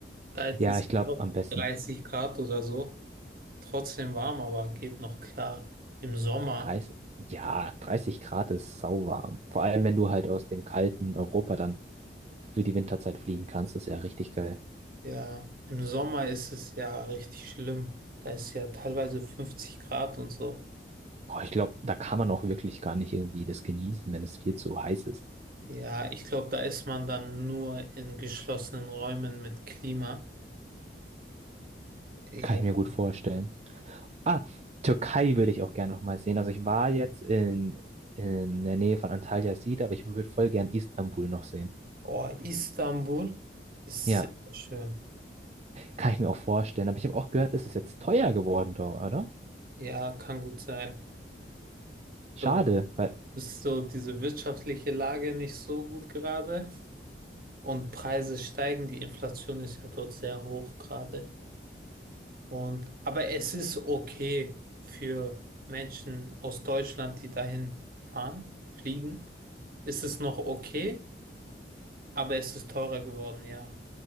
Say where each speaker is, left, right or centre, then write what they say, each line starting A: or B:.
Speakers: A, on the right (about 55°); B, on the right (about 40°).
A: Da ist
B: Ja,
A: es
B: ich glaube,
A: glaub,
B: am besten
A: 30 Grad oder so. Trotzdem warm, aber geht noch klar. Im Sommer,
B: 30, ja, 30 Grad ist sauwarm. Vor allem, wenn du halt aus dem kalten Europa dann für die Winterzeit fliegen kannst, ist ja richtig geil.
A: ja, im Sommer ist es ja richtig schlimm. Da ist ja teilweise 50 Grad und so.
B: Boah, ich glaube, da kann man auch wirklich gar nicht irgendwie das genießen, wenn es viel zu heiß ist.
A: Ja, ich glaube, da ist man dann nur in geschlossenen Räumen mit Klima. Ja.
B: Kann ich mir gut vorstellen. Ah, Türkei würde ich auch gerne nochmal sehen. Also ich war jetzt in, in der Nähe von Antalya Sida, aber ich würde voll gern Istanbul noch sehen.
A: Oh, Istanbul ist
B: Ja,
A: sehr schön.
B: kann ich mir auch vorstellen. Aber ich habe auch gehört, es ist jetzt teuer geworden dort, oder?
A: Ja, kann gut sein.
B: Schade,
A: Dort
B: weil.
A: ist so diese wirtschaftliche Lage nicht so gut gerade und Preise steigen. Die Inflation ist ja dort sehr hoch gerade. Und, aber es ist okay für Menschen aus Deutschland, die dahin fahren, fliegen. Ist es noch okay, aber es ist teurer geworden, ja.